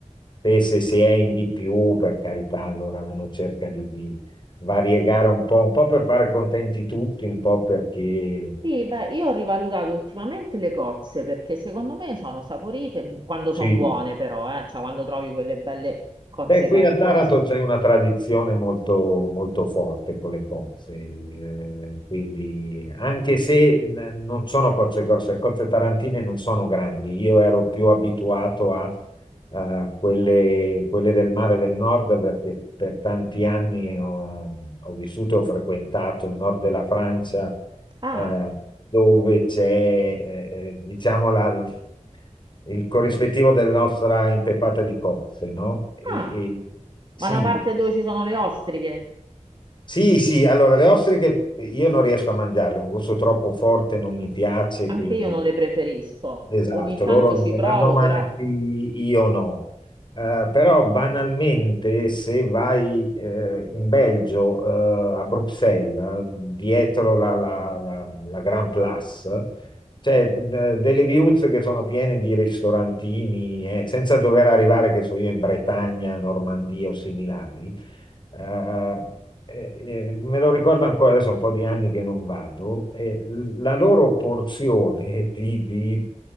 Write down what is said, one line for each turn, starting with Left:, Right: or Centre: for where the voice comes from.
Left: E se si è in di più, per carità, allora uno cerca di, di variegare un po', un po' per fare contenti tutti, un po' perché
Right: Sì, beh, io ho rivalutato ultimamente le cozze perché secondo me sono saporite bu- quando
Left: Sì,
Right: sono buone, però, eh, cioè quando trovi quelle belle cozze
Left: Beh, qui
Right: carnose.
Left: a Taranto c'è una tradizione molto, molto forte con le cozze, eh, quindi anche se mh, non sono cozze grosse, le cozze tarantine non sono grandi, io ero più abituato a, a quelle, quelle del mare del nord perché per tanti anni ho, ho vissuto e ho frequentato il nord della Francia
Right: Ah,
Left: eh, dove c'è, eh, eh, diciamo, la- il corrispettivo della nostra impeppata di cozze, no? E, e
Right: ah,
Left: sì,
Right: ma la parte dove ci sono le ostriche,
Left: sì, sì, allora le ostriche io non riesco a mangiarle, un gusto troppo forte non mi piace,
Right: anche
Left: quindi
Right: io non le preferisco.
Left: esatto,
Right: Ogni tanto
Left: loro
Right: ci
Left: ne
Right: provo,
Left: vanno matti,
Right: però.
Left: io no. Eh, però banalmente se vai eh, in Belgio, eh, a Bruxelles, dietro la, la, la, la Grand Place, c'è eh, delle viuzze che sono piene di ristorantini, eh, senza dover arrivare, che so io, in Bretagna, Normandia o similari eh, eh, me lo ricordo ancora adesso, un po' di anni che non vado, e la loro porzione <laughs> di, di,